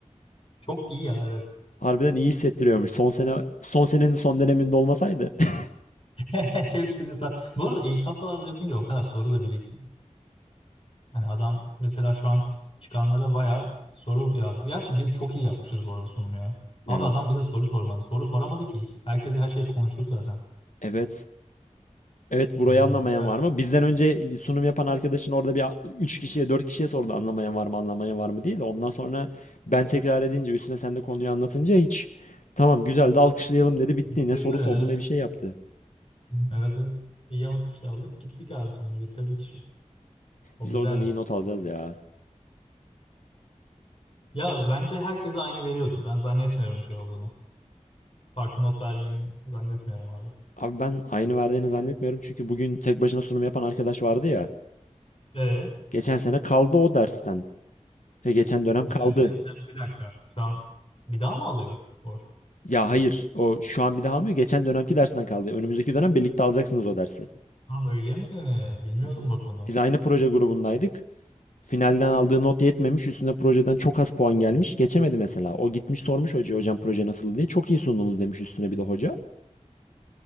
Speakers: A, on the left (about 45°); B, on the left (about 80°).
A: çok iyi ya evet.
B: Harbiden iyi hissettiriyormuş. Son sene son senenin son döneminde olmasaydı. <laughs>
A: <laughs> Hepsini ta- Bu arada ilk haftalarda yapınca o kadar soru da birik Hani adam mesela şu anki çıkanlara bayağı soru yağdır. Gerçi biz çok iyi yapmışız bu arada sunum ya. Abi
B: Evet.
A: adam bize soru sormadı. Soru soramadı ki. Herkes her şeyi konuştuk zaten.
B: Evet. Evet burayı
A: Yani
B: anlamayan
A: bayağı
B: var mı? Bizden önce sunum yapan arkadaşın orada bir 3 kişiye 4 kişiye sordu anlamayan var mı anlamayan var mı diye de ondan sonra ben tekrar edince üstüne sen de konuyu anlatınca hiç tamam güzel de alkışlayalım dedi bitti
A: bitirdi
B: ne soru sordu
A: evet.
B: ne bir şey yaptı.
A: Evet evet. İyi alkışlar aldık. Gittik abi sonra bitirdik işi. O
B: Biz
A: güzeldi.
B: oradan iyi not alacağız ya.
A: Ya bence herkese aynı veriyordu. Ben zannetmiyorum şey olduğunu. Farklı not vereceğini zannetmiyorum abi.
B: Abi ben aynı verdiğini zannetmiyorum çünkü bugün tek başına sunum yapan arkadaş vardı ya.
A: E
B: Geçen sene kaldı o dersten. Şey, geçen dönem kaldı.
A: ne diyorsun ya sen bir dakika. Şu an bir daha mı alıyor? O.
B: Ya hayır o şu an bir daha almıyor geçen dönemki dersten kaldı. Önümüzdeki dönem birlikte alacaksınız o dersi.
A: Ha öyle mi? Bilmiyordum
B: Hı hı.
A: bak onu.
B: Biz aynı proje grubundaydık. Finalden aldığı not yetmemiş. Üstüne projeden çok az puan gelmiş. Geçemedi mesela. O gitmiş sormuş hocaya hocam proje nasıl diye. Çok iyi sundunuz demiş üstüne bir de hoca.